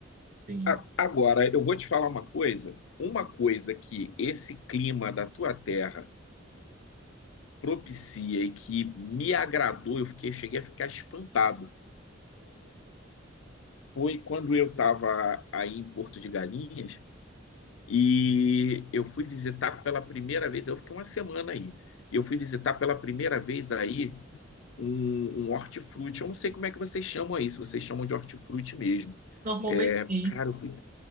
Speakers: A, on the right (about 40°); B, on the left (about 75°).
A: Sim.
B: A- Agora, eu vou te falar uma coisa. Uma coisa que esse clima da tua terra propicia e que me agradou, eu fiquei, cheguei a ficar espantado foi quando eu estava aí em Porto de Galinhas e eu fui visitar pela primeira vez, eu fiquei uma semana aí, eu fui visitar pela primeira vez aí um, um hortifruti, eu não sei como é que vocês chamam aí, se vocês chamam de hortifruti mesmo.
A: Normalmente,
B: É,
A: sim.
B: cara, eu fui,